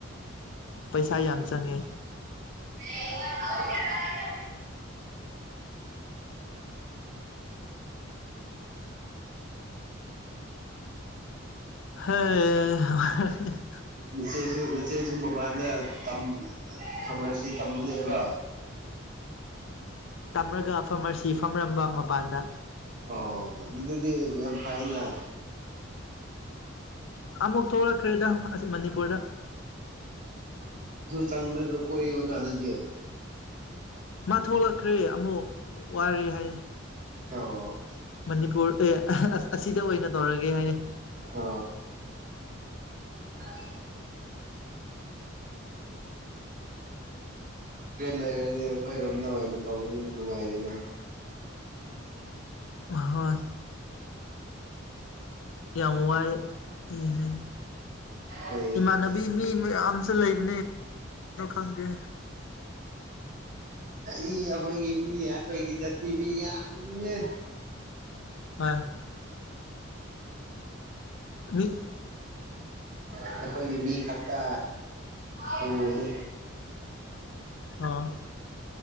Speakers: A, on the left; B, on the right.
A: ꯄꯩꯁꯥ ꯌꯥꯝ ꯆꯪꯉꯦ
B: <unintelligible>
A: ꯍ
B: ꯅꯆꯦꯁꯨ ꯅꯆꯦꯁꯨ ꯃꯄꯥꯟꯅ ꯇꯝ ꯀꯥꯃꯔꯁ ꯇꯝꯕꯅꯦꯕ
A: ꯇꯝꯂꯒ ꯐꯝꯃꯁꯤ ꯐꯝꯃꯔꯝꯕ ꯃꯄꯥꯟꯗ
B: ꯍ ꯑꯗꯨ ꯑꯗꯨꯗꯤ ꯌꯥꯝ ꯐꯥꯏꯅ
A: ꯑꯃꯨꯛ ꯊꯣꯛꯂꯛꯈ꯭ꯔꯦꯗ ꯃꯅꯤꯄꯨꯔꯗ
B: ꯆꯪꯅ ꯀꯣꯏꯅ ꯑꯗꯨꯗꯤ
A: ꯃꯥ ꯊꯣꯛꯂꯛꯈ꯭ꯔꯦ ꯑꯃꯨꯛ ꯋꯥꯔꯦ ꯍꯥꯏ
B: ꯑꯣ
A: ꯃꯅꯤꯄꯨꯔ ꯑꯦ ꯑꯁꯤꯗ ꯑꯣꯏꯅ ꯇꯧꯔꯒꯦ ꯍꯥꯏꯌꯦ
B: ꯑ <inaudible> ꯇ꯭ꯔꯦꯟ ꯂꯩꯔꯗꯤ ꯑꯩꯈꯣꯏꯔꯣꯝꯗ ꯑꯣꯏꯅ ꯇꯧꯕꯅꯤꯅ ꯅꯨꯡꯉꯥꯏꯔꯤꯦꯅ
A: ꯍꯣꯏ ꯌꯥꯝ ꯋꯥꯏꯌꯦ
B: ꯑꯩ
A: ꯏꯃꯅꯕꯤ ꯃꯤ ꯑꯃꯁꯨ ꯂꯩꯕꯅꯦ ꯀꯩꯅꯣ ꯈꯪꯗꯦ
B: ꯑꯩ ꯑꯩꯈꯣꯏ ꯃꯤꯍꯥꯏ ꯑꯩꯈꯣꯌꯒꯤꯗ ꯇꯤ ꯃꯤ ꯌꯥꯝꯕꯅꯤ ꯍꯦ
A: ꯍ ꯃꯤ
B: ꯑꯩꯈꯣꯏꯒꯤ ꯃꯤ ꯈꯛꯇ ꯄꯨꯕꯅꯤ
A: ꯑꯣ